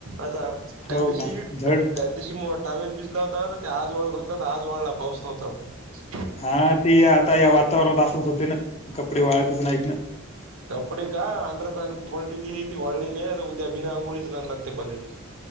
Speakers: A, on the right; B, on the left.
A: आता त्या
B: हो
A: दिवशी,
B: का झड
A: त्या दिवशी टॉवेल भिजला होता. ते आज वाळू घातला तर आज वाळला पाऊस नव्हता म्हणून.
B: हा ती आता या वातावरणात असतच होतंय ना, कपडे वाळतच नाहीत ना
A: कपडे का अंडर पॅन्ट <unintelligible> ती वाळी, नाही आता उद्या बिनाआंघोळीच जाणार ते कॉलेज ला.